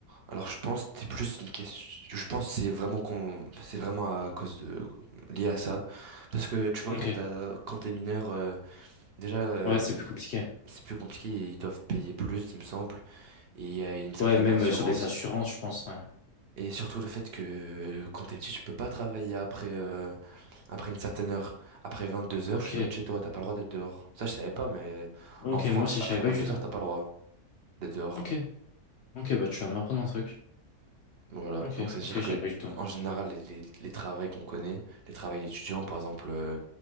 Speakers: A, on the right; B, on the left.
A: Alors je pense que c'est plus une question je pense que c'est vraiment con... c'est vraiment à cause de lié à ça parce que tu vois
B: Ok.
A: quand t'as quand t'es mineur euh, déjà euh,
B: Ouais, c'est plus compliqué.
A: c'est plus compliqué, ils doivent payer plus il me semble et il y a une certaine
B: Ouais, même
A: assurance
B: euh, sur les assurances, je pense, ouais.
A: Et surtout le fait que euh, quand t'es petit, tu peux pas travailler après, euh, après une certaine heure. Après 22 heures,
B: Ok.
A: tu dois être chez toi, t'as pas le droit d'être dehors. Ça, je savais pas, mais
B: Ok,
A: en France,
B: moi aussi, je
A: après
B: savais pas
A: 22
B: du tout.
A: heures, t'as pas le droit d'être dehors.
B: Ok. Ok, bah tu viens de m'apprendre un truc.
A: Voilà,
B: Ok,
A: donc c'est-à-dire
B: ok, je savais
A: que
B: pas du tout.
A: en général, les, les, les travails qu'on connaît, les travails d'étudiants, par exemple euh,